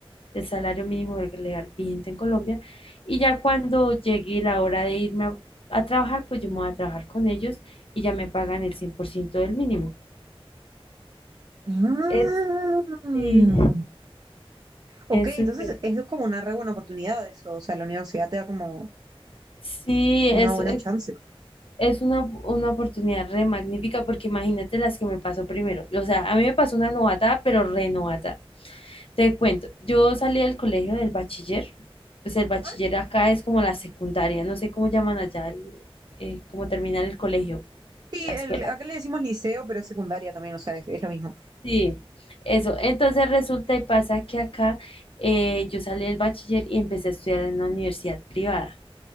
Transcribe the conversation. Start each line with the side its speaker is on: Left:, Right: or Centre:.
Left: del salario mínimo legal vigente en Colombia. Y ya cuando llegue la hora de irme a, a trabajar, pues yo me voy a trabajar con ellos y ya me pagan el 100% del mínimo.
Right: Ah.
Left: Es, sí,
Right: Ok,
Left: es
Right: entonces
Left: súper.
Right: es como una re buena oportunidad eso, o sea, la universidad te da como
Left: Sí, eso
Right: una buena chance.
Left: es una, una oportunidad re magnífica porque imagínate las que me pasó primero. O sea, a mí me pasó una novatada, pero re novatada. Te cuento, yo salí del colegio del bachiller. Pues el bachiller
Right: Ujú.
Left: acá es como la secundaria, no sé cómo llaman allá, el- eh, cómo terminar el colegio,
Right: Sí,
Left: la
Right: el,
Left: escuela.
Right: acá le decimos liceo, pero es secundaria también, o sea, es, es lo mismo.
Left: Sí, eso. Entonces resulta y pasa que acá eh, yo salí del bachiller y empecé a estudiar en la universidad privada.